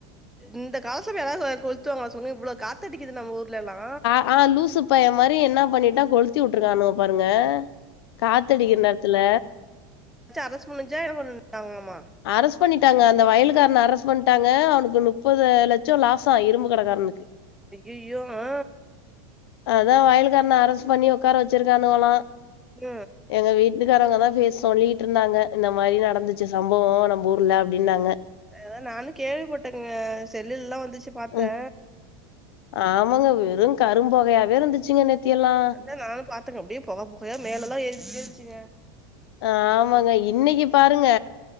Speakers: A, in the centre; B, on the left.
A: இந்த காலத்துல யாராவது வ கொளுத்துவாங்கா சொன்னு இவ்ளோ காத்தடிக்கிது நம்ம ஊர்லைலா
B: ஆனா லூசு பையெ மாரி என்னா பண்ணிட்டா கொளுத்தி உட்ருக்கானுவ பாருங்க காத்தடிக்கிற நேர த்துல
A: ச்சி அரஸ் பண்ணுச்சா என்ன பண் ணாங்களாமா
B: அரஸ் பண்ணிட்டாங்க அந்த வயலுகாரன அரஸ் பண்ட்டாங்க அவனுக்கு நுப்பது லட்ச லாஸா இரும்பு கடகாரனுக்கு
A: அய்யய்யோ அ
B: அதா வயலுக்காரன அரஸ் பண்ணி ஒக்கார வச்சிருக்கானுவோலா
A: ம்
B: எங்க வீட்டுக்காரவங்கதா பே சொல்லிட்ருந்தாங்க இந்த மாரி நடந்துச்சு சம்பவ நம்ப ஊர்ல அப்டின்னாங்க
A: அதா நானு கேள்விப்பட்டங்க செல்லுல்லா வந்துச்சு பாத்த
B: ம் ஆமாங்க வெறு கரும்பொகையாவே இருந்துச்சுங்க நேத்தியெல்லா
A: அதா நானு பாத்தங்க அப்டியே பொக பொகயா மேலெல்லா ஏறிட்டே இருஞ்ச்சுங்க
B: ஆமாங்க இன்னைக்கு பாருங்க